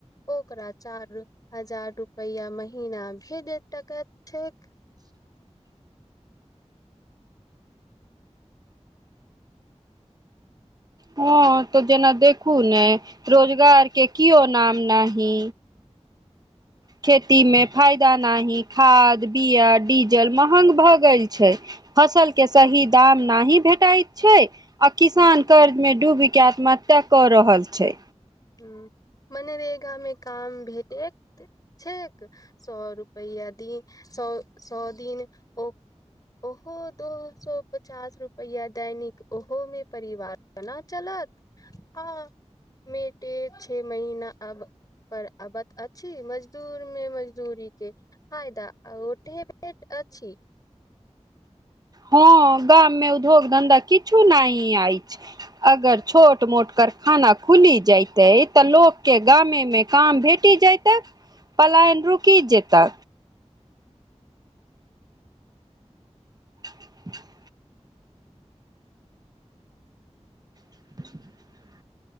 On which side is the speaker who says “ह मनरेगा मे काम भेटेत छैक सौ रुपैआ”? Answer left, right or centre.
Left